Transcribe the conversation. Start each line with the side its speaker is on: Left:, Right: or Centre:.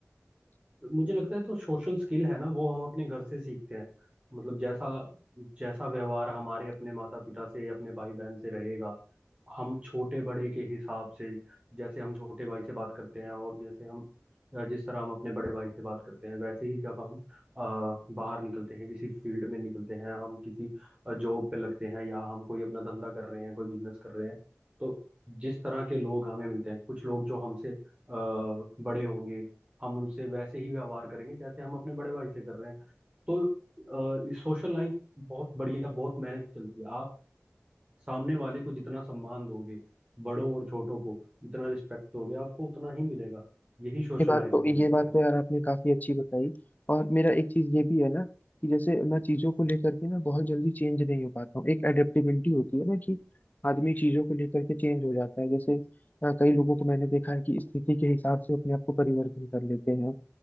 Right: मुझे लगता है तो सोशल स्किल है ना वो हम अपने घर से सीखते हैं मतलब जैसा जैसा व्यवहार हमारे अपने माता पिता से अपने भाई बहन से रहेगा हम छोटे बड़े के हिसाब से जैसे हम छोटे भाई से बात करते हैं और जैसे हम जिस तरह हम अपने बड़े भाई से बात करते हैं वैसे ही जब हम अ, बाहर निकलते हैं किसी फील्ड में निकलते हैं हम किसी जॉब पे लगते हैं या हम कोई अपना धंधा कर रहे हैं कोई बिजनेस कर रहे हैं तो जिस तरह के लोग हमें मिलते हैं कुछ लोग जो हमसे अ, बड़े होंगे हम उनसे वैसे ही व्यवहार करेंगे जैसे हम अपने बड़े भाई से कर रहे हैं तो सोशल लाइफ बहुत बढ़िया बहुत मैनेज चलती है आप सामने वाले को जितना सम्मान दोगे बड़ों और छोटों को जितना रिस्पेक्ट दोगे आपको उतना ही मिलेगा यही सोशल
Left: ये बात
Right: लाइफ
Left: तो
Right: है
Left: ये
Right: मुझे लगता
Left: बात
Right: है
Left: तो यार आपने काफी अच्छी बताई और मेरा एक चीज ये भी है ना कि जैसे मैं चीजों को लेकर के ना बहुत जल्दी चेंज नहीं हो पाता हूँ एक एडेप्टेबिलिटी होती है ना कि आदमी चीजों को लेकर के चेंज हो जाता है जैसे अ, कई लोगों को मैंने देखा है कि स्थिति के हिसाब से अपने आप को परिवर्तन कर लेते हैं